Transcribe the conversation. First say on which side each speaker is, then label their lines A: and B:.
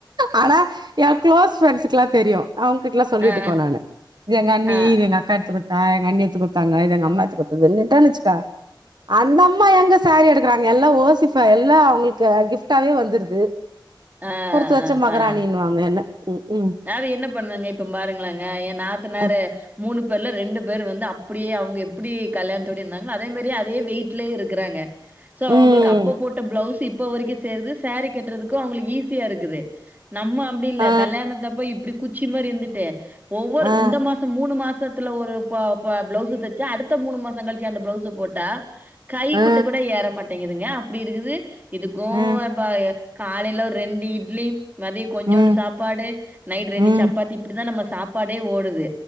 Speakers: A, on the right (about 60°); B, on the right (about 20°).
A: ஆனா ஏ க்ளோஸ் ஃப்ரெண்ட்ஸுகெல்லா தெரியு அவுங்கிட்டல்லா சொல்லிட்டுக்கோ
B: ஆ ஆ ஆ ஆ
A: நானு இது எங்க அண்ணி
B: ஆ
A: இது எங்க அக்கா எடுத்து குடுத்த தா எங்க அண்ணி எத்து குடுத்தாங்க இது எங்க அம்மா எத்து குடுத்ததுன்னுட்ட வச்சுக்கோ அந்த அம்மா எங்க சாரி எடுக் குறாங்க எல்லா ஓசிப்பா எல்லா அவுங்களுக்கு கிஃப்ட்டாவே வந்துருது
B: ஆ
A: குடுத்து வச்ச
B: ஆ
A: மகராணின்னுவாங்க
B: ஆ
A: என்ன ம் ஹு
B: அது என்ன பண்ணங்க இப்ப பாருங்களேங்க ஏ நாத்துனாரு
A: அ
B: மூணு பேர்ல ரெண்டு பேர் வந்து அப்டியே அவுங்க எப்டி கல்யாணத்தோடி இருந்தாங்களோ அதே மாரி அதே வெயிட்லயே இருக்குறாங்க சோ
A: ம்
B: அவுங்களுக்கு அப்ப போட்ட பிளவுஸ் இப் போ வரைக்கி சேருது சோரி கட்டுறதுக்கு அவுங்களுக்கு ஈஸியா இருக்குது நம்ம அப்டி இல்ல
A: ஆ
B: கல்யாணத் இப்டி குச்சி மாரி இருந்துட்டு ஒவ்வொரு
A: ஆ
B: உந்த மாச மூணு மாசத்துல ஒரு ப பல பிளவுஸு தச்சா அடுத்த மூணு மாச கழிச்சு அந்த பிளவுஸு போட்டா கை
A: ஆ
B: குட்ட கூட ஏற மாட் டேங்கிதுங்க அப்டி இருக்குது இதுக்கு
A: அ
B: வ ப காலையில ஒரு ரெண்டு இட்லி மதிய கொஞ்சோண்டு
A: ம்
B: சாப்பாடு நைட் ரெண்டு
A: ம்
B: சப்பாத்தி இப்டித்தா நம்ம சாப்பாடே ஓடுது